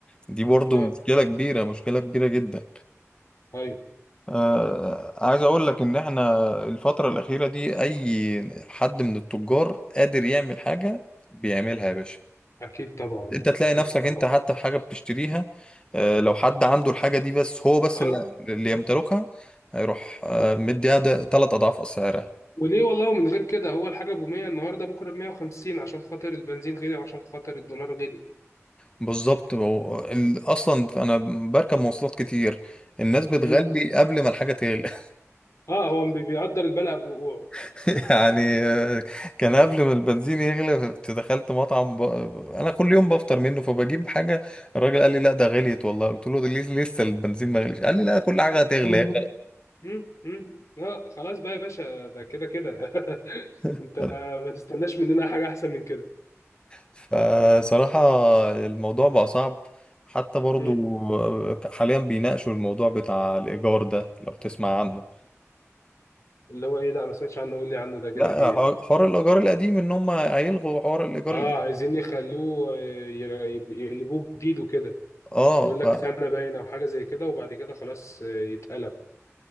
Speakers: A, on the left (about 20°); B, on the left (about 75°).
A: دي برضو
B: اه
A: مشكلة كبيرة مشكلة كبيرة جدا
B: ايوه
A: آه، عايز اقول لك ان احنا الفترة الأخيرة دي اي حد من التجار قادر يعمل حاجة بيعملها يا باشا
B: اكيد طبعا
A: انت تلاقي
B: اكيد
A: نفسك
B: طبعا
A: انت حتى في حاجة بتشتريها آه، لو حد عنده الحاجة دي بس هو بس
B: اه
A: اللي
B: آه.
A: اللي يمتلكها
B: آه.
A: هيروح آه، مديها ده تلات اضعاف اسعارها
B: وليه والله من غير كده اول حاجه ب 100 النهارده بكره ب 150 عشان خاطر البنزين غلي وعشان خاطر الدولار غلي
A: بالظبط هو ال- اصلا انا بركب مواصلات كتير الناس بتغلي
B: مم.
A: قبل ما الحاجة تغلي
B: اه هو بي- بيقدر البلع بوقوعه
A: <laughs> يعني آه، كان قبل ما البنزين يغلى كنت دخلت مطعم ب... انا كل يوم بفطر منه فبجيب حاجه الراجل قال لي لا ده غليت والله قلت له ده ليه لسه البنزين ما غليش قال لي لا كل حاجه هتغلى
B: مم. مم، مم. لا خلاص بقى يا باشا ده كده كده <laughs>
A: <laughs>
B: انت ما تستناش مننا حاجه احسن من كده
A: فصراحه الموضوع بقى صعب حتى برضو
B: مم.
A: آه، حاليا بيناقشوا الموضوع بتاع الايجار ده لو تسمع عنه
B: اللي هو ايه لا ما سمعتش عنه قول لي عنه ده كده
A: لا
B: في ايه
A: حوار حوار الايجار القديم ان هم هيلغوا حوار الايجار
B: اه
A: القديم
B: عايزين يخلوه آه، ي- يقلبوه جديد وكده
A: اه
B: يقول لك
A: فده
B: سنه باينه او حاجه زي كده وبعد كده خلاص آه، يتقلب